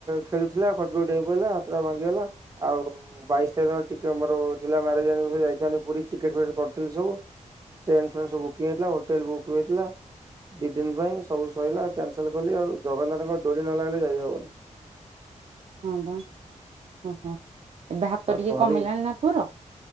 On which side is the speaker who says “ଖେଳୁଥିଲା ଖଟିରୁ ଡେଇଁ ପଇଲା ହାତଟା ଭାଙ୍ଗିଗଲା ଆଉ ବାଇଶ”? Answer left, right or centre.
Right